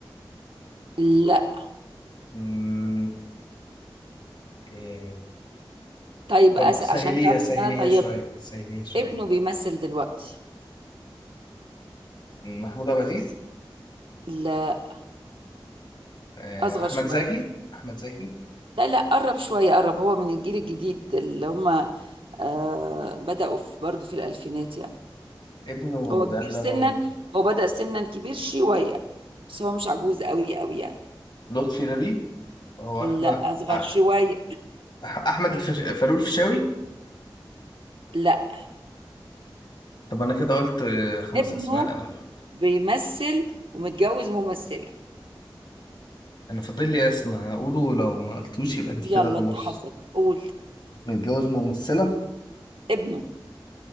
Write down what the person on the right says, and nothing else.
لا
طيب
أس...
عشان تعرف
ان انا طيبة
ابنه بيمثل دلوقتي
لا
اصغر
شوية
لا لا قرب شوية قرب هو من الجيل الجديد اللي هم آه بدأوا في برضه في الألفينات يعني
هو كبير
سنا
هو بدأ سنا كبير شوية بس هو مش عجوز قوي قوي يعني
لا
أصغر
شوية
لا
ابنه
بيمثل ومتجوز ممثلة
يلا
انت حظك قول
ابنه